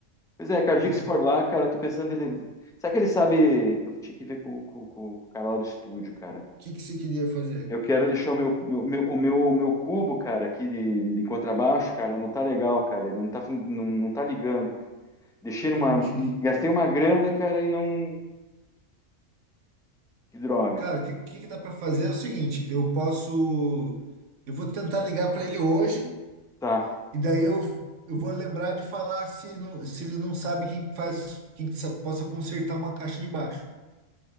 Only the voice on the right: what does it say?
né?
O
que que você queria fazer?
Entendi.
Cara, o que, que que dá para fazer é o seguinte, eu posso, eu vou tentar ligar para ele hoje
e daí eu, eu vou lembrar de falar se, não, se ele não sabe quem faz, quem que sa- possa consertar uma caixa de baixo